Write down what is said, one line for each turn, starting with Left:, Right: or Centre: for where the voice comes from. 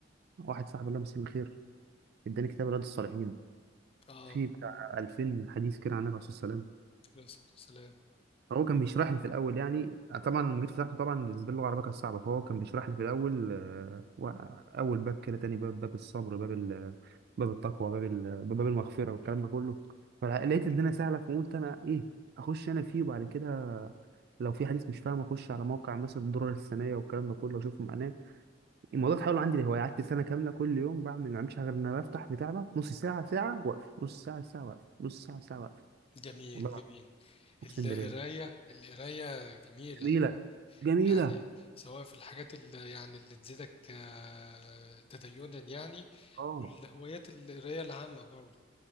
Right: واحد صاحبي الله يمسيه بالخير اداني كتاب رياض الصالحين
Left: اه
Right: فيه بتاع 2000 حديث كده عن النبي عليه الصلاة والسلام
Left: عليه الصلاه والسلام
Right: هو كان بيشرح لي في الاول يعني آه، طبعا المجيد فتحته طبعا بالنسبه لي اللغه العربيه كانت صعبه فهو كان بيشرح لي في الاول آه، و- اول باب كده تاني باب باب الصبر باب ال- باب التقوى باب ال- باب المغفره والكلام ده كله فلقيت الدنيا سهله فقلت انا ايه اخش انا فيه وبعد كده لو في حديث مش فاهم اخش على موقع مثلا الدرر السنيه والكلام ده كله اشوف معناه الموضوع اتحول عندي لهوايه قعدت سنه كامله كل يوم بعمل ما بعملش حاجه غير ان انا بفتح بتاع ده نص ساعه ساعه واقف نص ساعه ساعه واقف نص ساعه ساعه واقف
Left: جميل
Right: والله
Left: جميل
Right: العظيم اقسم
Left: القرايه
Right: بالله
Left: القرايه جميله
Right: جميله جميله
Left: يعني سواء في الحاجات اللي يعني اللي تزيدك آه، تدينا يعني
Right: اه
Left: والهوايات القراية العامة برضه